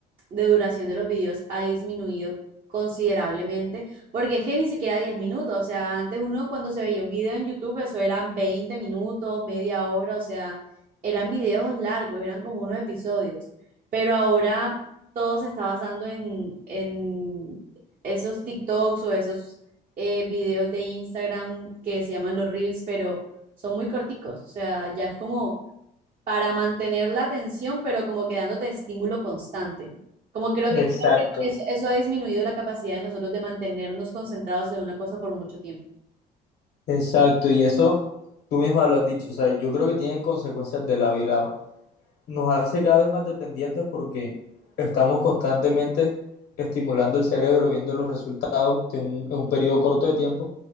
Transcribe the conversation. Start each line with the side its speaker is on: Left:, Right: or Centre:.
Right: de duración de los videos ha disminuido considerablemente, porque es que ni siquiera 10 minutos, o sea, antes uno cuando se veía un video en YouTube, eso eran 20 minutos, media hora, o sea, eran videos largos, eran como unos episodios, pero ahora todo se está basando en, en esos TikToks o esos eh, videos de Instagram que se llaman los Reels, pero son muy corticos, o sea, ya es como para mantener la atención, pero como que dándote estímulo constante. Como creo
Left: Exacto.
Right: que, creo que eso, eso ha disminuido la capacidad de nosotros de mantenernos concentrados en una cosa por mucho tiempo.
Left: Exacto, y eso tú misma lo has dicho, o sea, yo creo que tiene consecuencias de lado y lado. nos hace cada vez más dependientes porque estamos constantemente estimulando el cerebro, viendo los resultados de un, en un periodo corto de tiempo